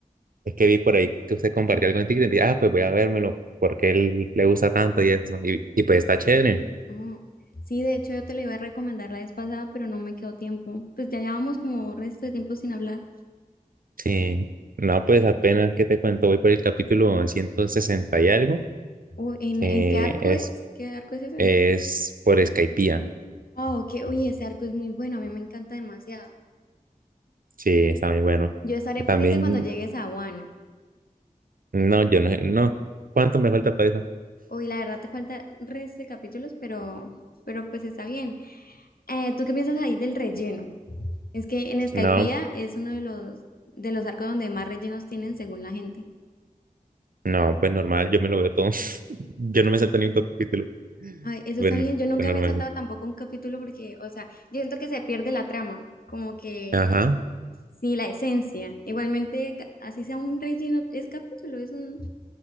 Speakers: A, on the right (about 75°); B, on the left (about 85°).
A: es que vi por ahí que usted compartió algo en TikTok y dije, ah, pues voy a vérmelo, porque él le gusta tanto y eso. Y, y pues está chévere.
B: Oh, sí, de hecho yo te lo iba a recomendar la vez pasada, pero no me quedó tiempo. Pues ya llevamos como resto de tiempo sin hablar.
A: Sí. No, pues apenas que te cuento, voy por el capítulo 160 y algo,
B: Uy, ¿en,
A: que
B: en qué arco
A: es,
B: es? ¿Qué arco es ese?
A: es por Skypiea.
B: Oh, que, uy, ese arco es muy bueno, a mí me encanta demasiado.
A: Sí, está muy bueno.
B: Yo estaré pendiente
A: También,
B: cuando llegues a Wano.
A: no, yo no, no. ¿Cuánto me falta para eso?
B: Uy, la verdad te falta resto de capítulos, pero, pero pues está bien. Eh, ¿tú qué piensas ahí del relleno? Es que en Skypiea
A: No,
B: es uno de los, de los arcos donde más rellenos tienen según la gente.
A: no, pues normal, yo me lo veo todo. <laughs> Yo no me salto ni un capítulo.
B: Ay, eso
A: Bueno,
B: está bien. Yo nunca
A: pues normal.
B: me he saltado tampoco un capítulo porque, o sea, yo siento que se pierde la trama, como que
A: Ajá.
B: sí, la esencia. Igualmente, ca- así sea un relleno, es capítulo, es un...